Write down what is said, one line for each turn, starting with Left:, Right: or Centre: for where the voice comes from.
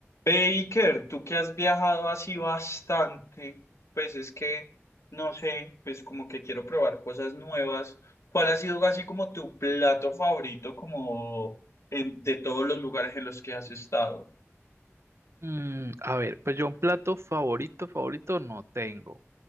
Left: Baker, tú que has viajado así bastante, pues es que, no sé, pues como que quiero probar cosas nuevas. ¿Cuál ha sido así como tu plato favorito como en- de todos los lugares en los que has estado?
Right: Mm, a ver, pues yo un plato favorito, favorito no tengo,